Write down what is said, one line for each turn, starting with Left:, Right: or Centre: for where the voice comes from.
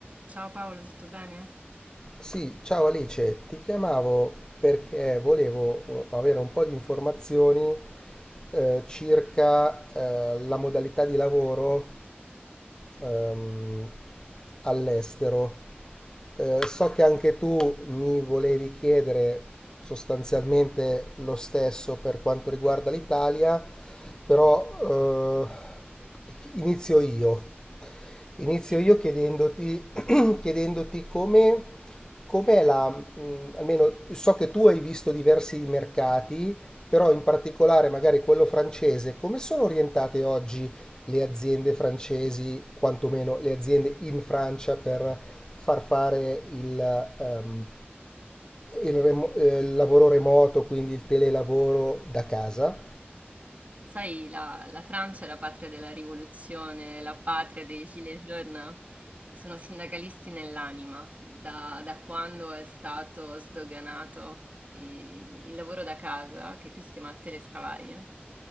Right: Ciao Paolo, tutto bene?
Left: Sì, ciao Alice, ti chiamavo perché volevo eh, avere un po' di informazioni eh, circa eh, la modalità di lavoro ehm, all'estero. Eh, so che anche tu mi volevi chiedere sostanzialmente lo stesso per quanto riguarda l'Italia, però eh, inizio io. Inizio
Right: Sì.
Left: io chiedendoti, <clears throat> chiedendoti come, com'è la, mh, almeno so che tu hai visto diversi mercati, però in particolare magari quello francese, come sono orientate oggi le aziende francesi, quantomeno le aziende in Francia, per far fare il, ehm, il remo- eh, il lavoro remoto, quindi il telelavoro da casa.
Right: Sai, la, la Francia è la patria della rivoluzione, la patria dei gilets jaunes. Sono sindacalisti nell'anima, da, da quando è stato sdoganato i- il lavoro da casa, che qui si chiama teletravaglio,